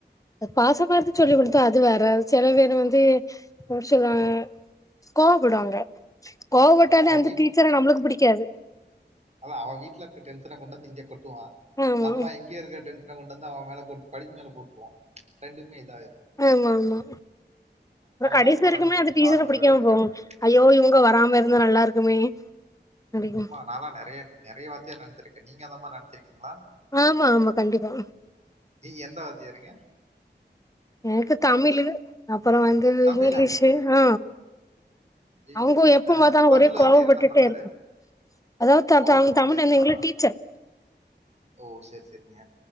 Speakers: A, on the left (about 20°); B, on the right (about 35°).
A: அ பாசமா இருந்து சொல்லிக் குடுத்தா அது வேற செல வேறு வந்து எப்டி சொல்ல கோவப்படுவாங்க கோவப்பட்டாலே
B: அவன்
A: அந்த டீச்சர நம்மளுக்கு புடிக்காது
B: அதா அவ வீட்ல இருக்க டென்ஷன கொண்ட வந்து இங்க கொட்டுவா
A: ஆமா
B: நம்ம இங்க இருக்க டென் ஷன கொண்டு வந்து அவ மேலே கொட் படிப்பு மேலே போட்டுருவா ரெண்டுக்மே இதாயிரு
A: ஆமா ஆமா அப்றோ கடைசி
B: தான் பசங்க
A: வரிக்குமே
B: வந்துட்டு
A: அது டீசர
B: பாதி பேரோட
A: பிடிக்காம
B: இருக்கானுங்க
A: போகு ஐயோ இவங்க வராம
B: ஆமாம்
A: இருந்தா நல்லா இருக்குமே அடிக்கூ
B: நாலா நறைய நறைய வாத்திய நனத்துருக்க நீங்க அந்த மா நனைச்சிருக்கீங்களா
A: ஆமா ஆமா கண்டிப்பா
B: நீ எந்த வாத்தியாருங்க
A: எனக்கு தமிழு அப்பறோ வந்து
B: தமிழா?
A: இங்கிலீஷு ஆ
B: ஐயய்யோ!
A: அவங்க எப்ப
B: அ
A: பாத்தாலு
B: தமிழ்
A: ஒரே
B: வாத்தியார்
A: கோவப்பட்டுட்டே
B: என்ன பண்ணாரு?
A: இருக்கூ அதாவ் த
B: கோவப்பட்டுட்டே
A: த தமிழ்
B: இருப்பாரா?
A: அன்னை வந்து டீச்சர்
B: ஓ செரி செரிங்க